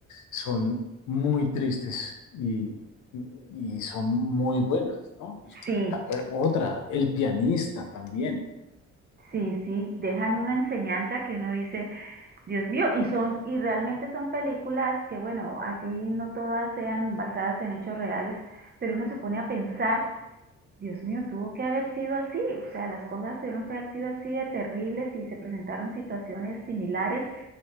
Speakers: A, on the left; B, on the right.
A: son muy tristes y, y- y son muy buenas, ¿no? Es-
B: Sí,
A: ta- eh, Otra, El pianista también.
B: sí, sí. Dejan una enseñanza que uno dice, Dios mío, y son, y realmente son películas que, bueno, así no todas sean basadas en hechos reales, pero uno se pone a pensar Dios mío, tuvo que haber sido así, o sea, las cosas tuvieron que haber sido así de terribles y se presentaron situaciones similares